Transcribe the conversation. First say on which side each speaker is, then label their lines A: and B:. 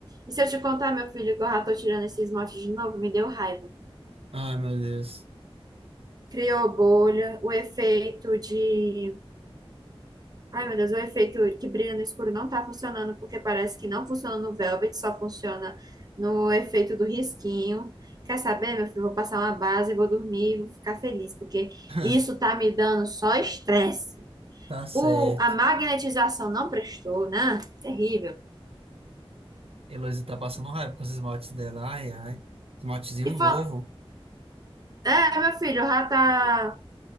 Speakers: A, on the right; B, on the right.
A: E se eu te contar, meu filho, que eu já tô tirando esse esmalte de novo, me deu raiva.
B: Ai, meu Deus.
A: criou bolha, o efeito de. Ai, meu Deus, o efeito que brilha no escuro não tá funcionando, porque parece que não funciona no Velvet, só funciona no efeito do risquinho. Quer saber, meu filho? Vou passar uma base, vou dormir, vou ficar feliz, porque
B: <laughs>
A: isso tá me dando só estresse.
B: Tá certo.
A: O, a magnetização não prestou, né? Terrível.
B: Heloísa tá passando raiva com os esmaltes dela. Ai, ai. Esmaltezinho
A: E
B: novo.
A: fa- é, meu filho, já tá